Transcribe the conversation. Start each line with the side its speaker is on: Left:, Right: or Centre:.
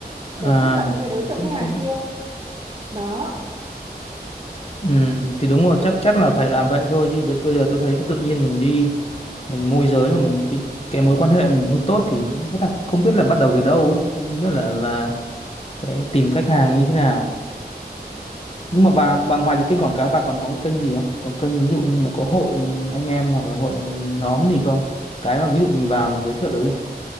Left: À,
Right: để tiếp cận những cái đối tượng
Left: cũng
Right: khách hàng
Left: cũng
Right: kia đó
Left: ừ, thì đúng rồi chắc chắc là phải làm vậy thôi chứ bây bây giờ tôi thấy tự nhiên mình đi mình môi giới mà mình cái cái mối quan hệ mình không tốt thì rất là không biết là bắt đầu từ đâu ấy không không biết là là cái tìm khách hàng như thế nào nhưng mà bà bà ngoài cái kênh quảng cáo bà còn có cái kênh gì không có kênh ví dụ như là có hội anh em hoặc là hội nhóm gì không cái mà ví dụ mình vào mình giới thiệu được ấy